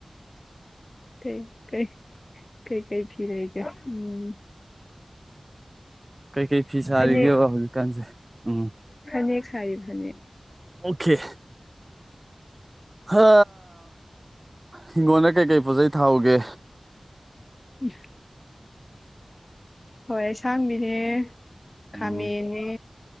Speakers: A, on the left (about 40°); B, on the right (about 30°).
A: ꯀꯩ ꯀꯩ ꯀꯩ ꯀꯩ ꯐꯤ ꯂꯩꯒꯦ ꯎ‌ꯝ
B: ꯀꯩꯀꯩ ꯐꯤ ꯁꯥꯔꯤꯒꯦꯕ
A: ꯐꯅꯦꯛ
B: ꯍꯧꯖꯤꯛꯀꯥꯟꯁꯦ ꯎꯝ
A: ꯐꯅꯦꯛ ꯁꯥꯔꯤ ꯐꯅꯦꯛ
B: ꯑꯣꯀꯦ ꯍ ꯍꯤꯡꯒꯣꯟꯗ ꯀꯩꯀꯩ ꯄꯣꯠꯆꯩ ꯊꯥꯍꯧꯒꯦ
A: <unintelligible> ꯍꯋꯥꯏ ꯑꯁꯥꯡꯕꯤꯅꯦ
B: ꯎꯝ
A: ꯈꯥꯃꯦꯟꯅꯦ